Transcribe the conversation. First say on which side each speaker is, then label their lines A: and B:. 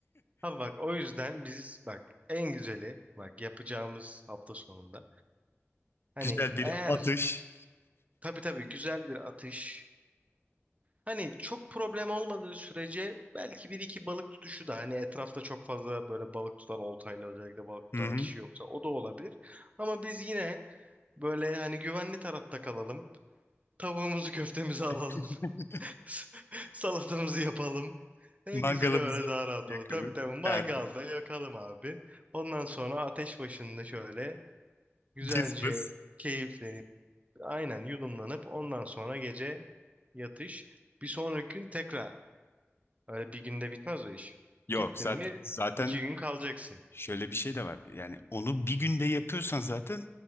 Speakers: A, on the right (about 30°); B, on the left (about 55°).
A: Abi bak o yüzden biz bak en güzeli bak yapacağımız hafta sonunda hani
B: Güzel bir
A: eğer
B: atış.
A: tabii tabii güzel bir atış hani çok problem olmadığı sürece belki bir iki balık tutuşu da hani etrafta çok fazla böyle balık tutan oltayla özellikle balık tutan
B: Hı hı.
A: kişi yoksa o da olabilir. Ama biz yine böyle hani güvenli tarafta kalalım tavuğumuzu <laughs> köftemizi alalım.
B: <laughs>
A: <laughs> Salatamızı yapalım. En
B: Mangalımızı
A: güzeli öyle daha rahat
B: yakalım.
A: olur. Tabii tabii mangalda
B: Derdim.
A: yakalım abi. Ondan sonra ateş başında şöyle güzelce
B: Cızbız.
A: keyiflenip aynen yudumlanıp ondan sonra gece yatış. Bir sonraki gün tekrar. Öyle bir günde bitmez o iş.
B: Yok
A: Gittin
B: zaten
A: mi
B: zaten
A: iki gün kalacaksın.
B: şöyle bir şey de var. Yani onu bir günde yapıyorsan zaten